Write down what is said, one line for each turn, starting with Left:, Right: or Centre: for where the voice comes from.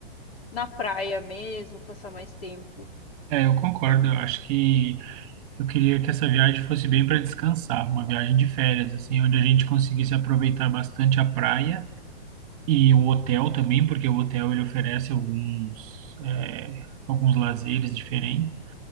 Left: na praia mesmo, passar mais tempo?
Right: É, eu concordo. Eu acho que Eu queria que essa viagem fosse bem para descansar, uma viagem de férias, assim, onde a gente conseguisse aproveitar bastante a praia e o hotel também, porque o hotel ele oferece alguns, é, alguns lazeres diferentes.